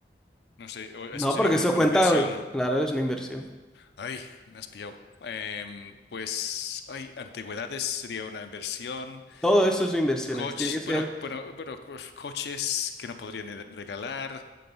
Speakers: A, on the left; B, in the centre.
A: No sé, o
B: No,
A: eso sería
B: porque
A: una,
B: eso
A: una
B: cuenta,
A: inversión.
B: claro, es una inversión.
A: Ay, me has pillado. Em, pues, ay, antigüedades sería una inversión.
B: Todo eso son inversiones.
A: Coches,
B: Tiene que ser,
A: bueno, bueno, bueno, co- coches que no podría ni regalar.